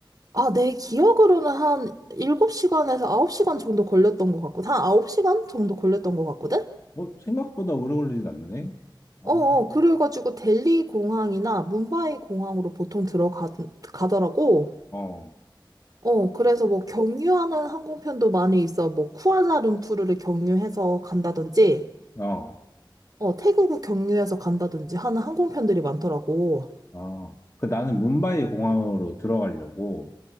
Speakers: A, on the right (about 50°); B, on the left (about 35°).
A: 아, 내 기억으로는 한 7시간에서 9시간 정도 걸렸던 것 같고, 한 9시간 정도 걸렸던 것 같거든?
B: 뭐, 생각보다 오래 걸리진 않네? 아,
A: 어, 어, 그래가지고 델리 공항이나 뭄바이 공항으로 보통 들어가, 가더라고.
B: 어,
A: 어, 그래서 뭐 경유하는 항공편도 많이 있어. 뭐 쿠알라룸푸르를 경유해서 간다든지,
B: 어,
A: 어, 태국을 경유해서 간다든지 하는 항공편들이 많더라고.
B: 아. 그 나는 뭄바이 공항으로 들어가려고,